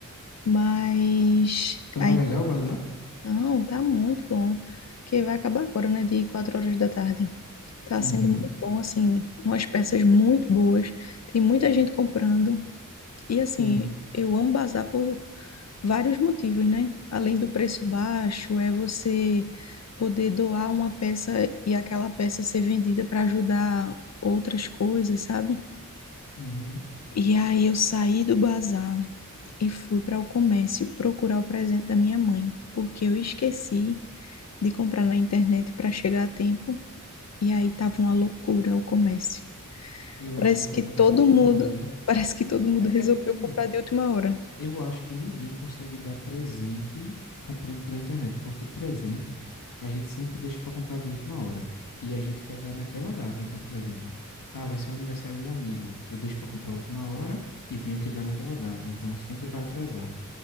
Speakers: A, on the left; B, on the left.
A: Mas
B: Tava
A: aí,
B: legal o bazar?
A: não, tá muito bom. Que vai acabar agora, né? De quatro horas da tarde. Tá
B: Uhum,
A: sendo muito bom, assim, umas peças muito boas. Tem muita gente comprando. E assim,
B: entendi.
A: eu amo bazar por vários motivos, né? Além do preço baixo, é você poder doar uma peça e aquela peça ser vendida para ajudar outras coisas, sabe?
B: Uhum.
A: E aí eu saí do bazar e fui para o comércio procurar o presente da minha mãe, porque eu esqueci de comprar na internet para chegar a tempo, e aí tava uma loucura o comércio.
B: Eu
A: Parece
B: acho que isso
A: que
B: acontece
A: todo
B: com todo
A: mundo,
B: mundo, vi?
A: <laughs> parece que todo mundo
B: É,
A: resolveu
B: é porque assim,
A: comprar de última hora.
B: Eu acho que ninguém consegue dar presente comprando pela internet, porque presente a gente sempre deixa para comprar de última hora e a gente quer dar naquela data. Então, por exemplo, ah, vai ser o aniversário de um amigo, eu deixo para comprar última hora e tenho que dar naquela data, então sempre vai atrasar.